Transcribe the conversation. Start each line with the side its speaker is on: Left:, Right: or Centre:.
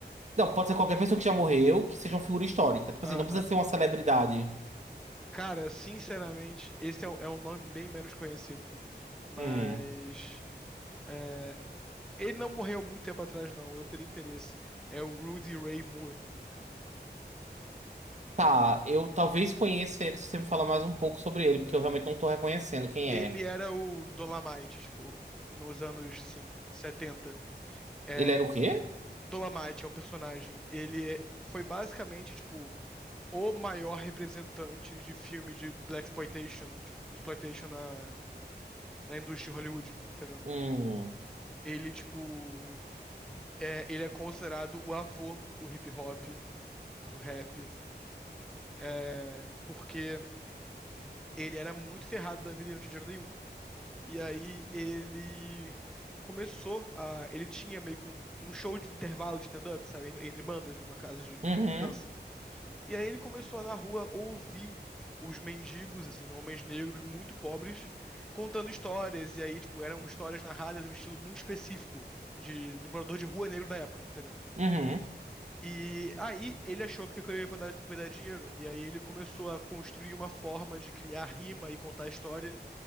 Right: Não, pode ser qualquer pessoa que já morreu, que seja uma figura histórica. Tipo
Centre: Ah,
Right: assim, não
Centre: tá.
Right: precisa ser uma celebridade.
Centre: Cara, sinceramente, esse é, um- é um nome bem menos conhecido. Mas.
Right: Hum.
Centre: é, ele não morreu muito tempo atrás, não. Eu teria interesse. É o Rudy Ray Moore.
Right: Tá, eu talvez conheça ele se você me falar mais um pouco sobre ele, porque eu realmente não tô reconhecendo quem
Centre: Ele
Right: é.
Centre: era o Dolomite, tipo, nos anos, sim, 70. É,
Right: Ele era o quê?
Centre: Dolomite é um personagem. Ele é- foi basicamente, tipo, o maior representante de filme de Black Exploitation, tipo, exploitation na, na indústria de Hollywood, entendeu?
Right: Hum.
Centre: Ele, tipo. é, ele é considerado o avô do hip hop, do rap, é, porque ele era muito ferrado da vida e não tinha dinheiro nenhum. E aí ele começou a. Ele tinha meio que um, um show de intervalo de stand-up, sabe? Entre, entre bandas, em uma casa de,
Right: Uhum.
Centre: de dança. E aí ele começou a, na rua ouvir os mendigos, assim, homens negros muito pobres, contando histórias. E aí, tipo, eram histórias narradas num estilo muito específico de, de morador de rua negro da época, entendeu?
Right: Uhum.
Centre: E aí ele achou que aquilo ia dar, poder dar dinheiro. E aí ele começou a construir uma forma de criar rima e contar a história.